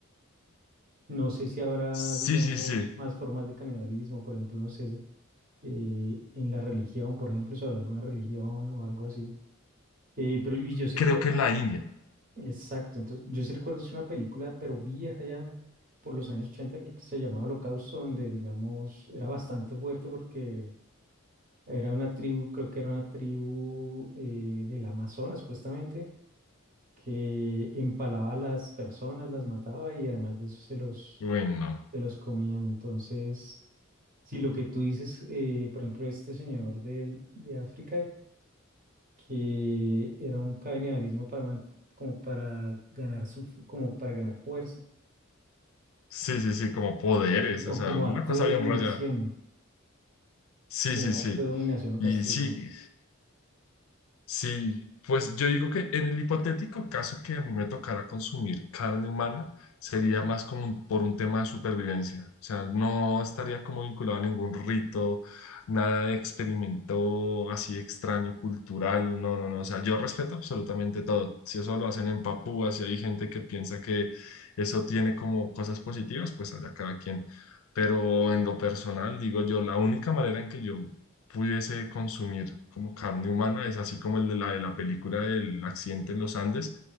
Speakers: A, on the right; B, on the left.
A: No sé si habrá,
B: Sí,
A: digamos,
B: sí, sí,
A: más formas de canibalismo, por ejemplo, no sé si eh, en la religión, por ejemplo, sobre alguna religión o algo así. Eh, pero y yo sí
B: creo
A: recuerdo
B: que en la India.
A: Exacto, entonces yo sí recuerdo es una película, pero vieja ya por los años 80, creo que se llamaba Holocausto, donde digamos era bastante fuerte porque era una tribu, creo que era una tribu eh, del Amazonas supuestamente, que empalaba a las personas, las mataba y además de eso se los,
B: Bueno,
A: se los comían. Entonces, si lo que tú dices, eh, por ejemplo, este señor de, de África, que era un canibalismo para, mant- como para ganar su, fu- como para ganar fuerza
B: sí, sí, sí, como poderes, o
A: O
B: sea,
A: como
B: una
A: acto
B: cosa
A: de
B: bien
A: dominación,
B: rayada. Sí,
A: como
B: sí,
A: un
B: sí.
A: acto de dominación o
B: Y
A: castigo.
B: sí. Sí, pues yo digo que en el hipotético caso que a mí me tocara consumir carne humana, sería más como un- por un tema de supervivencia. O sea, no estaría como vinculado a ningún rito, nada de experimento así extraño, cultural. No, no, no. O sea, yo respeto absolutamente todo. Si eso lo hacen en Papúa, si hay gente que piensa que eso tiene como cosas positivas, pues allá cada quien. Pero en lo personal, digo yo, la única manera en que yo pudiese consumir como carne humana, es así como el de la, de la película del accidente en los Andes,